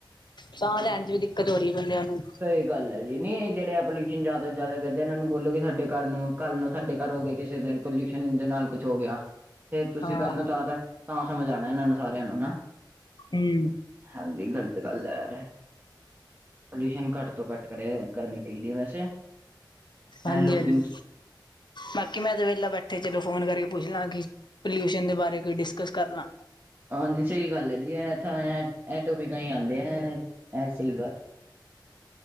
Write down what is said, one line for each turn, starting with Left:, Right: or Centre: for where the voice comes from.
Left: ਸਾਹ ਲੈਣ ਚ ਵੀ ਦਿੱਕਤ ਹੋ ਰਹੀ ਹੈ ਬੰਦਿਆਂ ਨੂੰ
Right: ਸਹੀ ਗੱਲ ਹੈ ਜੀ ਨੀ ਜਿਹੜੇ ਆ ਪੋਲਿਊਸ਼ਨ ਜ਼ਿਆਦਾ ਜ਼ਿਆਦਾ ਕਰਦੇ ਇਹਨਾਂ ਨੂੰ ਬੋਲੋ ਕਿ ਸਾਡੇ ਘਰ ਨੂੰ ਕੱਲ੍ਹ ਨੂੰ ਤੁਹਾਡੇ ਘਰ ਹੋ ਗਏ ਕਿਸੇ ਦਿਨ ਪੋਲਿਊਸ਼ਨ ਦੇ ਨਾਲ ਕੁੱਛ ਹੋ ਗਿਆ ਫੇਰ ਤੁਸੀਂ
Left: ਹਾਂ
Right: ਕੱਲ ਨੂੰ ਤਾਂ ਤਾਂ ਸਮਝ ਆਉਣਾ ਇਹਨਾਂ ਨੂੰ ਸਾਰਿਆਂ ਨੂੰ ਨਾ
Left: ਹਮ
Right: ਹਾਂਜੀ ਗਲਤ ਗੱਲ ਆ ਯਾਰ ਪੋਲਿਊਸ਼ਨ ਘੱਟ ਤੋਂ ਘੱਟ ਕਰਨੀ ਚਾਹੀਦੀ ਹੈ ਵੈਸੇ
Left: ਹਾਂਜੀ
Right: ਐ ਲੋਕੀ
Left: ਹਾਂਜੀ ਬਾਕੀ ਮੈਂ ਤੇ ਵੇਲਾ ਬੈਠਾ ਤੇ ਚਲੋ ਫੋਨ ਕਰਕੇ ਪੁੱਛ ਲਾਂ ਕਿ ਪੋਲਿਊਸ਼ਨ ਦੇ ਬਾਰੇ ਕੋਈ ਡਿਸਕਸ ਕਰ ਲਾਂ
Right: ਹਾਂਜੀ ਸਹੀ ਗੱਲ ਹੈ ਜੀ ਇਹ ਤਾਂ ਐਟੋ ਪਿਕਾਂ ਹੀ ਆਉਂਦੇ ਆ ਸਹੀ ਗੱਲ